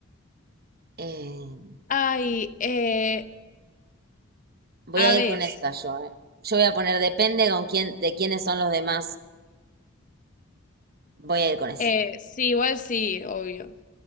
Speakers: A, on the right; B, on the left.
A: Eh,
B: Ay, eh,
A: Voy
B: a
A: a
B: veces.
A: ir con esta yo, eh. Yo voy a poner depende con quién, de quiénes son los demás. Voy a ir con eso.
B: Eh, sí, igual sí, obvio.